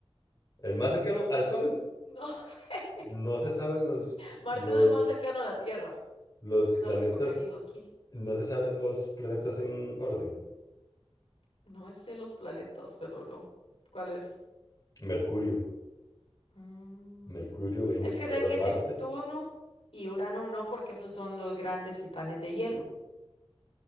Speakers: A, on the left; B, on the left.
A: El más cercano al Sol.
B: No <laughs> sé.
A: No se saben los,
B: Marte
A: los,
B: es el más cercano a la Tierra,
A: los
B: porque
A: planetas
B: es el único que han ido aquí.
A: No se saben los planetas en orden.
B: No me sé los planetas, pero no. ¿Cuál es?
A: Mercurio,
B: Mm,
A: Mercurio, Venus,
B: Es que
A: Tierra,
B: sé que
A: Marte.
B: Neptuno y Urano no, porque esos son los grandes titanes de hielo,